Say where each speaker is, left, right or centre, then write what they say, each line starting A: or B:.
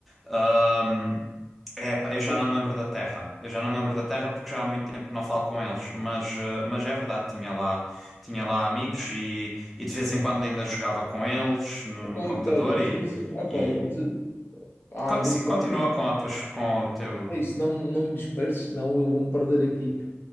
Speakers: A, in the centre; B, on the left.
A: Ahm, é pá, eu já
B: Não,
A: não me lembro da terra. Eu já não me lembro da terra porque já há muito tempo que não falo com eles, mas, ah, mas é verdade, tinha lá, tinha lá amigos e, e de vez em quando ainda jogava com eles no,
B: ok,
A: no computador
B: ok, mas
A: e,
B: diz, ok,
A: e...
B: mas, eh, ah,
A: co-
B: em 10
A: se- continua
B: horas.
A: com, a tuas, com o teu.
B: É isso, não, não me disperses, senão eu vou-me perder aqui.